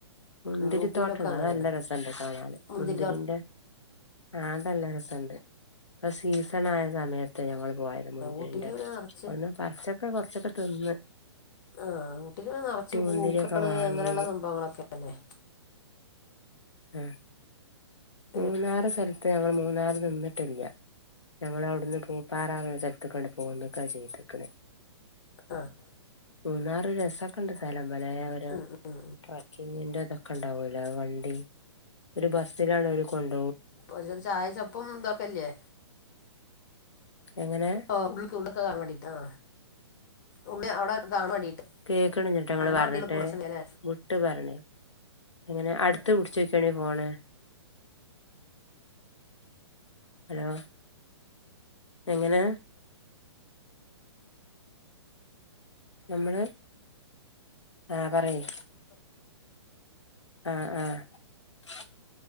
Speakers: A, on the left; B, on the left.
A: മുന്തിരി
B: ഊട്ടിയിലൊക്കെ
A: തോട്ടുണ്ട്
B: അങ്ങനെയാണ്
A: അത നല്ല രസുണ്ട് കാണാന്
B: മുന്തിരിത്തോട്ടോ
A: മുന്തിരീന്റെ ആ് അതല്ല രസുണ്ട് ഇപ്പൊ സീസണ ആയ സമയത്ത് ഞങ്ങള്ൾ പോയത് മുന്തിരിന്റെ
B: ഊട്ടിയിൽ പിന്നെ
A: ഒവിടുന്ന്
B: നിറച്ച്
A: പറിച്ച ഒക്കെ കുറച്ചൊക്കെ തിന്ന്ന്ന്
B: ആഹഊട്ടി ക്ക് നിറച്ച് പൂക്കള്
A: മുന്തിരിയൊക്കെ വാങ്ങി
B: അങ്ങനെയുള്ള സംഭവങ്ങളൊക്കെ അല്ലെ
A: ആഹ മൂന്നാറ്
B: ഏ,
A: സ്ഥലത്ത് ഞങ്ങൾ മൂന്നാറ് നിന്നിട്ടില്ല ഞങ്ങ അവിടുന്ന് പൂ പാറ എന്ന സ്ഥലത്ത് ക്കാണ് പോകുന്നുക്ക ചെയ്തക്കണേ
B: ആഹ്
A: മൂന്നാറ്, രസൊക്കെണ്ട്, സ്ഥലം, വളരെ, ഒരു,
B: ഉം ഉം
A: ട്രക്കിങ്ങിന്റെ, തൊക്കെ ണ്ടാവൂല വണ്ടി ഒരു ബസ്സിലാാണ് ഒരു കൊണ്ട്
B: ഒരു ചായ ചപ്പും ഇതൊക്കല്ലേ
A: എങ്ങനെ
B: ഉ ഉള്ളൊക്കെ കാണാ വേണ്ടിട്ട് ആ ഉള്ള അവിടെ കാണാ വേണ്ടിട്ട്
A: കേക്കണില്ല നിങ്ങൾ
B: നമ്മടെ
A: പറഞ്ഞിട്ട്
B: വണ്ടികൾക്ക് പ്രശ്നല്ലേ
A: മുട്ട് വരണ് അങ്ങനെ അടുത്ത് പിടിച്ചോക്കണ ഫോണ് ഹലോ എങ്ങനെ നമ്മള് ആഹ് പറയ് ആഹ് ആ ഹ്